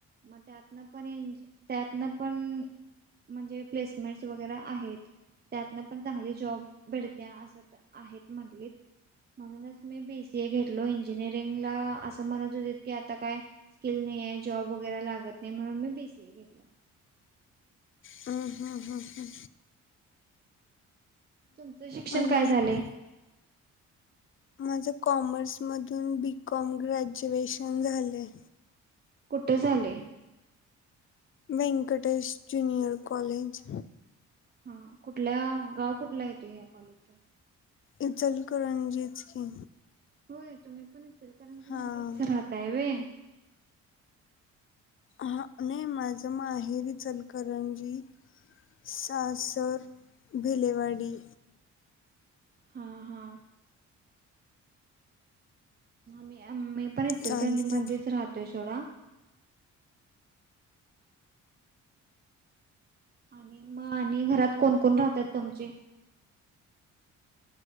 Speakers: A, on the right (about 35°); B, on the left (about 45°).
A: मग त्यातनं पण त्यातन पण म्हणजे प्लेसमेंट वगैरे आहेत त्यातन पण चांगली जॉब भळते अस आहेत म्हटली म्हणूनच मी बीसीए घेतलो इंजिनिअरिंग ला म्हणत होते की आता काय स्किल नाही आहे जॉब वगैरे लागत नाही म्हणून मी बीसीए घेतला
B: ह हा ह ह
A: तुमचं शिक्षण
B: आणि
A: काय झाले?
B: माझं कॉमर्समधून बी कॉम ग्रॅज्युएशन झालं आहे
A: कुठे झाले
B: व्यंकटेश जुनियर कॉलेज
A: हा कुठल्या गाव कुठला येतो ह्या कॉलेजचा
B: इ चल करणजीच की
A: होय तुम्ही पण इल कारंजी
B: हां
A: मध्येच राहताय वे
B: हा नाही माझ माहेरी चलकरणजी सासर भिलेवाडी
A: हा हा मी मी पण इ
B: चालतं
A: कारणी मंदच राहतोय सोडा आणि मग आणि घरात कोण कोण राहतात तुमचे